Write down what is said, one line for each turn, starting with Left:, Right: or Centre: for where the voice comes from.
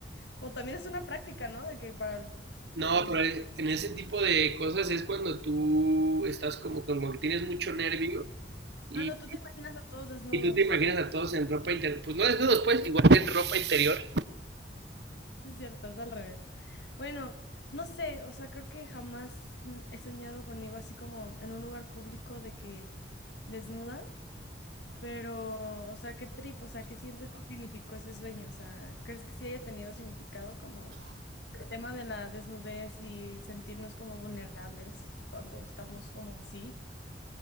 Left: O también es una práctica, ¿no? De que para el-
Right: No,
Left: la gente...
Right: pero en ese tipo de cosas es cuando tú estás como, como que tienes mucho nervio Y,
Left: Ah, no, tú te imaginas a todos desnudos.
Right: y tú te imaginas a todos en ropa interior, pues no desnudos, pues igual en ropa interior.
Left: Sí, Es cierto, es al revés. Bueno, no sé, o sea, creo que jamás mm, he soñado conmigo así como en un lugar público de que desnuda. Pero, o sea, qué trip, o sea, ¿qué sientes que significó ese sueño? O sea, ¿crees que sí haya tenido significado como tema de la desnudez y sentirnos como vulnerables cuando estamos como así?